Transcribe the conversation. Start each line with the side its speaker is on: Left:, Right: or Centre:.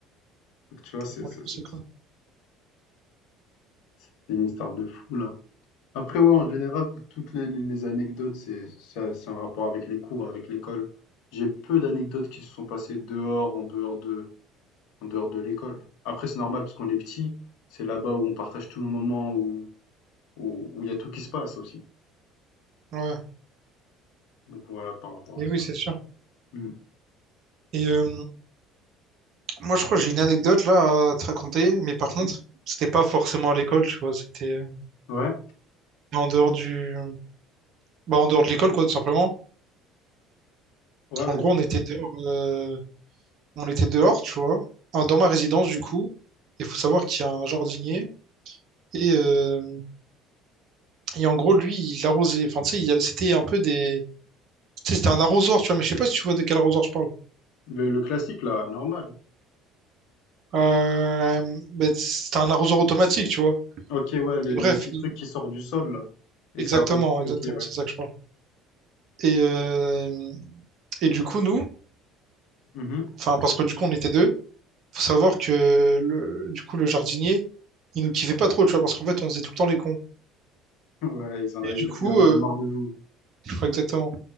Left: Donc, tu vois, c'est
Right: Oh,
Left: c'est- c'est-
Right: C'est quoi?
Left: c'est une histoire de fou, là. Après, ouais, en général, toutes les, les- les anecdotes, c'est ça, c'est en rapport avec les cours, avec l'école. J'ai peu d'anecdotes qui se sont passées dehors, en dehors de, en dehors de l'école. Après, c'est normal, parce qu'on est petit, c'est là-bas où on partage tous nos moments, où, où, où il y a tout qui se passe aussi.
Right: Ouais,
Left: Donc, voilà, par rapport
Right: et
Left: à ça.
Right: oui, c'est sûr.
Left: Hmm.
Right: Et euh, moi, je crois que j'ai une anecdote là à te raconter, mais par contre,
Left: Mmh.
Right: c'était pas forcément à l'école, tu vois, c'était euh,
Left: Ouais,
Right: en dehors du... Bah, en dehors de l'école, quoi, tout simplement.
Left: ouais, vas-y.
Right: En gros, on était dehors, euh, on était dehors, tu vois, Ah, dans ma résidence, du coup. Il faut savoir qu'il y a un jardinier. Et euh, Et en gros, lui, il arrosait. Enfin, tu sais, il- c'était un peu des. Tu sais, c'était un arrosoir, tu vois, mais je sais pas si tu vois de quel arrosoir je parle.
Left: Le, le classique, là, normal.
Right: Euh, ben, c'était un arrosoir automatique, tu vois.
Left: Ok, ouais, les,
Right: Et
Left: les
Right: bref,
Left: petits
Right: il-
Left: trucs qui sortent du sol, là. Et
Right: exactement,
Left: ça arrose. Ok,
Right: exactement,
Left: ouais.
Right: c'est ça que je parle. Et, euh, et du coup, nous,
Left: Mhm.
Right: enfin, parce que du coup, on était deux, faut savoir que le, du coup, le jardinier, il nous kiffait pas trop, tu vois, parce qu'en fait, on faisait tout le temps les cons.
Left: Ouais, ils en
Right: Et
Left: avaient,
Right: du coup,
Left: ils en avaient
Right: euh,
Left: marre de vous.
Right: je crois exactement.